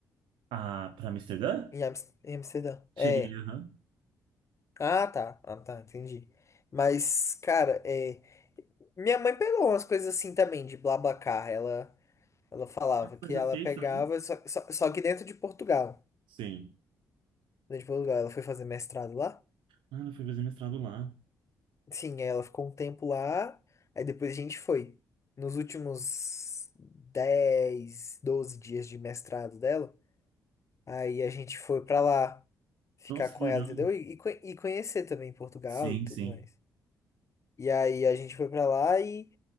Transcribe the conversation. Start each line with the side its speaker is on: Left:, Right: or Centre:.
Right: Ah, para Amsterdã?
Left: Em Ams- em Amsterdã.
Right: Cheguei,
Left: É.
Right: aham.
Left: Ah, tá. Ah, tá, entendi. Mas, cara, é. Minha mãe pegou umas coisas assim também, de BlaBlaCar. Ela, ela falava que
Right: Você já
Left: ela
Right: fez
Left: pegava,
Right: também?
Left: só, só, só que dentro de Portugal.
Right: Sim.
Left: Dentro de Portugal, ela foi fazer mestrado lá.
Right: Ah, ela foi fazer mestrado lá.
Left: Sim, aí ela ficou um tempo lá. Aí depois a gente foi. Nos últimos 10, 12 dias de mestrado dela, aí a gente foi pra lá ficar
Right: Nossa,
Left: com
Right: que legal.
Left: ela, entendeu? E, e, conhe- e conhecer também Portugal
Right: Sim,
Left: e tudo
Right: sim.
Left: mais. E aí a gente foi pra lá e,